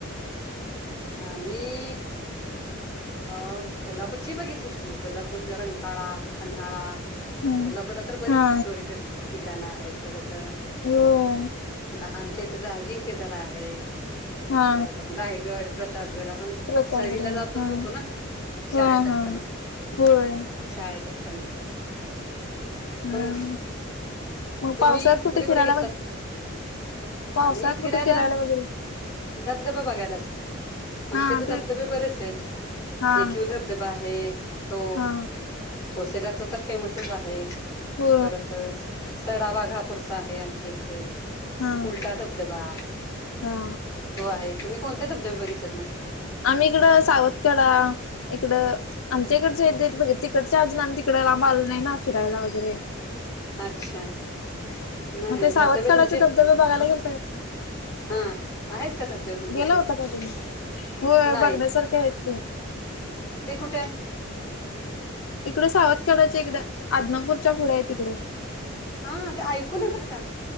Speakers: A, on the left; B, on the left.
A: आम्ही अ कोल्हापूरची बघितलीत की कोल्हापूर रंकाळा पन्हाळा
B: हा
A: कोल्हापूरला तर बरीच
B: हा
A: हिस्टॉरिकल ठिकाणं आहेत परत
B: होय
A: आमच्या इथ अजिंक्य तर आहे
B: हा
A: परत पण रायगड प्रतापगड आपण
B: प्रतापगड
A: सहलीला जातच
B: हा
A: होतो ना शाळेत
B: हा
A: असताना
B: हा होय
A: शाळेत असताना
B: हम्
A: तुम्
B: मग
A: तुम्ही
B: पावसात
A: कुठे कुठे
B: फिरायला
A: गेलता
B: व पावसात
A: आम्ही फिरायला
B: कुठे वगैरे
A: धबधबा बघायलाच की आमचेथ
B: हा
A: धबधबे
B: ते
A: बरेच आहेत
B: हा
A: एकीव धबधबा आहे तो
B: हा
A: ठोसेघरच तर फेमसच आहे
B: हो
A: परतच सडा वाघापूरचा आहे आमच्या इथे
B: हा
A: उलटा धबधबा
B: हा
A: तो आहे तुम्ही कोणते धबधबे बघितलेत मग
B: आम्ही इकडं सावतकडा इकडं आमच्याकडचे बघ तिकडच्या अजून आम्ही तिकडं लांब आलो नाही ना फिरायला वगैरे
A: अच्छा नाही
B: मग
A: नाही
B: ते सावतकाडाचे
A: धबधबे तुमचे
B: धबधबे बघायला गेलता का
A: हा आहेत का धबधब तुमच्या
B: गेला
A: इथे
B: होता का तुम्ही होय
A: नाही
B: बघण्यासारखे आहेत की
A: ते कुठे
B: इकडे सावतखडाच इकडे आदनापूरच्या पुढे आहे तिकडे
A: हा ते ऐकून बर का